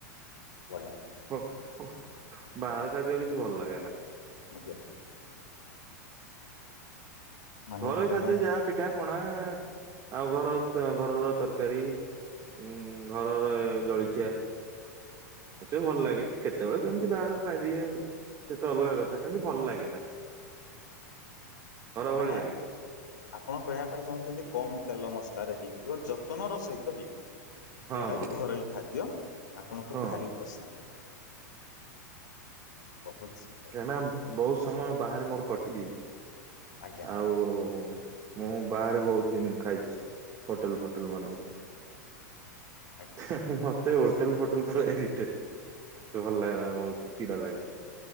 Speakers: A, on the left (about 80°); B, on the right (about 35°).
A: ବଢ଼ିଆ।
B: ହଁ ହୁଁ ବାହାର ଖାଦ୍ୟ କିଛି ଭଲ ଲାଗେ ନା।
A: ଆଜ୍ଞା। ମାନେ
B: ଘରୋଇ
A: ତେଲ
B: ଖାଦ୍ୟ ଯାହା ପିଠା ପଣା ଆଁ ଆଁ ଆଉ ଘର ଘରର ତରକାରୀ। ଉଁ ଉଁ ଘରରେ ଜଳଖିଆ। ଏସବୁ ଭଲ ଲାଗେ। କେତେବେଳେ କେମିତି ବାହାର ଖାଇଦିଏ ସେତ ଅଲଗା କଥା କିନ୍ତୁ ଭଲ ଲାଗେ ନା। ଭଳି
A: ମାନେ
B: ଲାଗେନା
A: ଆପଣ କହିବା ପାଇଁ ଚାହୁଁଚନ୍ତି କମ ତେଲ ମସଲାରେ ହେଇଥିବ। ଯତନର ସହିତ ହେଇଥିବ।
B: ହଁ
A: ଯଉଟା
B: ହଁ
A: କି ଘରୋଇ ଖାଦ୍ୟ ଆପଣଙ୍କୁ
B: ହଁ
A: ଭାରି ପସନ୍ଦ ବହୁତ ସନ୍ଦ।
B: କାହିଁ ନା ବହୁତ ସମୟ ବାହାରେ ମୋର କଟି ଯାଇଚି
A: ଆଜ୍ଞା
B: ଆଉ ଉଁ ଉଁ ମୁଁ ବାହାରେ ବହୁତ ଦିନ୍ ଖାଇଛି ହୋଟେଲ ଫୋଟେଲ ମାନଙ୍କରେ।
A: ଆଜ୍ଞା।
B: ହଁ ହଁ ମତେ ହୋଟେଲ ଫୋଟେଲ ପୁର ଇରିଟେଟ୍ ମତେ ଭଲ ଲାଗେନା ବହୁତ ଚିଡ଼ା ଲାଗେ।